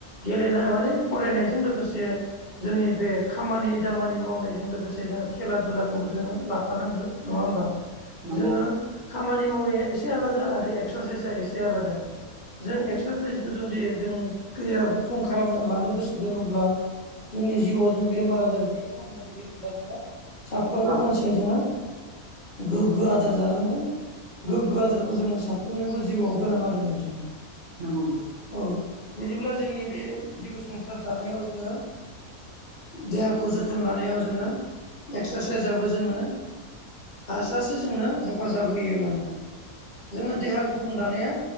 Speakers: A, on the left; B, on the right.
A: गेलेनो माने फरायनायजों लोगोसे जोंनि बे खामानि दामानि मावनायजों लोगोसे जोङो खेला दुलाखौबो जोङो लाफानांगौ नङा होमबा?
B: नंगौ
A: जोङो खामानि मावनाया एसे आलादा आरो एक्सारसाइसआ एसे आलादा। जों एक्सारसाइसखौ जुदि जोंनिया गुफुं खालामना लानो गोसो दोङोब्ला जोंनि जिउआव जोङो बेमार आजार गैयै खालामनो लुगैदोंब्ला जोङो साफ्रोमबो
B: नंगौ औ
A: मानसि जे जोङो गोग्गो आदार जानांगोन। गोग्गो आदारखौ जोंनो साफ्रोमनिबो जिउआव गोनां आरो नोंथां।
B: नंगौ नंगौ।
A: औ बिदिब्ला जोंनि बे जिउ संसार दानायाव आ जोङो देहाखौ जोथोन लानायाव जोङो एक्सारसाइसआबो जोंनो हासासे जोंनो हेफाजाब होयोब्लानो जोङो देहा गुफुं दानाया